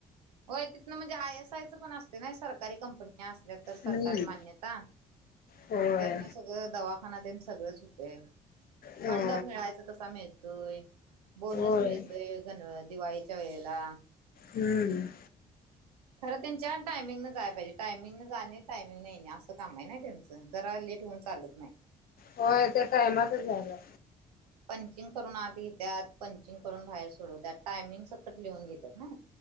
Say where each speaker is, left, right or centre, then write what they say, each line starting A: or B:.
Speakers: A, on the right; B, on the left.
A: होय तिथनं म्हणजे आय एस आयचं पण असते नाही सरकारी कंपनी असल्या तर सरकारी
B: हम्म
A: मान्यता
B: होय
A: त्यातन सगळं दवा ह्यांना ते सगळंच होतय.
B: हो
A: फंड मिळायच तसा मिळतोय. बोनस
B: होय
A: मिळतोय. गन दिवाळीच्या वेळेला.
B: हम्म.
A: खरं त्यांच्या टायमिंग न जाय पाहिजे. टायमिंग न जाणे. टायमिंग न येणे. असं काम आहे ना त्यांच. जरा लेट होऊन चालत नाही.
B: होय. त्या टायमातच जायला.
A: पंचिंग करून आत घेत्यात. पंचिंग करून बाहेर सोडवतात. टायमिंग सकट लिहून घेतात ना.